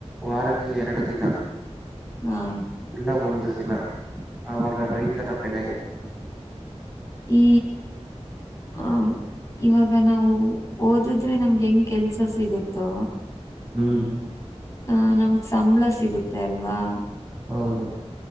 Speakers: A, in the centre; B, on the left.
A: ವಾರಕ್ಕೆ ಎರಡು ದಿನ.
B: ಹ್ಮ್
A: ಇಲ್ಲ ಒಂದು ದಿನ ಆವಾಗ ರೈತನ ಬೆಲೆ ಗೊತ್ತಾಗುತ್ತೆ.
B: ಈ ಹ ಇವಾಗ ನಾವು ಓದಿದ್ರೆ ನಮ್ಗೆ ಹೆಂಗ್ ಕೆಲ್ಸ ಸಿಗುತ್ತೋ.
A: ಹ್ಮ್ ಮ್
B: ಅ ನಮ್ಗ್ ಸಂಬಳ ಸಿಗುತ್ತೆ ಅಲ್ವಾ.
A: ಹೌದು.